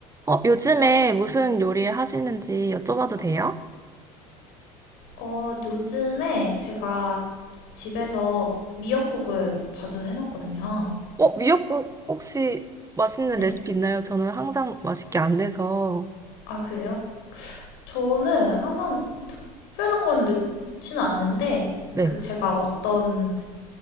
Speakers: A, on the right; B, on the left.
A: 어, 요즘에 무슨 요리 하시는지 여쭤봐도 돼요?
B: 어, 요즘에 제가 집에서 미역국을 자주 해 먹거든요.
A: 어, 미역국 혹시 맛있는
B: 네.
A: 레시피 있나요? 저는 항상 맛있게 안 돼서.
B: 아, 그래요? 저는 항상 특별한 건 넣지는 않는데,
A: 네.
B: 그 제가 어떤